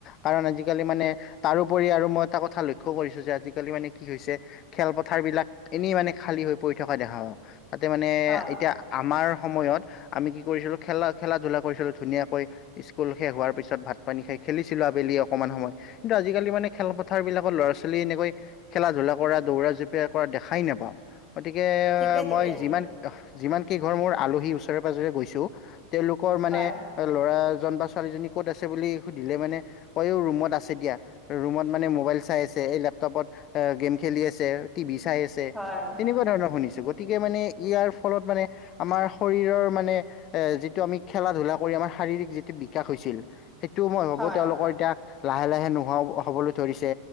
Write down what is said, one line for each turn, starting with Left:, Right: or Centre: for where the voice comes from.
Left: কাৰণ আজিকালি মানে তাৰোপৰি আৰু মই এটা কথা লক্ষ্য কৰিছো যে আজিকালি মানে কি হৈছে। খেলপথাৰবিলাক এনেই মানে খালী হৈ পৰি থকা দেখা পাও। তাতে মানে ‌এ
Centre: হয়
Left: এতিয়া আমাৰ সময়ত আমি কি কৰিছিলো খেলা খেলা-ধূলা কৰিছিলো ধুনীয়াকৈ। স্কুল শেষ হোৱাৰ পিছত ভাত-পানী খাই খেলিছিলো আবেলি অকমান সময়। ন্তু আজিকালি মানে খেলপথাৰ বিলাকৰ ল'ৰা ছোৱালী এনেকৈ খেলা ধূলা কৰা, দৌৰা জপিয়ীয়া কৰা, দেখাই নাপাওঁ। গতিকে আহ
Centre: ঠিকে ঠিকে
Left: মই যিমান যিমান কিই ঘৰ মোৰ আলহী ওচৰে পাজৰে গৈছো তেওঁলোকৰ মানে
Centre: হয়
Left: ল'ৰাজন বা ছোৱালীজনী ক'ত আছে, বুলি সুধিলে মানে কয়ও ৰুমত আছে দিয়া। ৰুমত মানে মোবাইল চাই আছে এই লেপটপত অ গেম খেলি আছে, টিভি চাই আছে,
Centre: হয়
Left: তেনেকুৱা ধৰণৰ শুনিছো। গতিকে মানে ইয়াৰ ফলত মানে আমাৰ শৰীৰৰ মানে এ যিটো আমি খেলা ধূলা কৰি আমাৰ শাৰীৰিক যিটো বিকাশ হৈছিল, সেইটো মই ভাবো
Centre: হয়
Left: তেওঁলোকৰ এতিয়া লাহে লাহে নোহোৱাও হবলৈ ধৰিছে।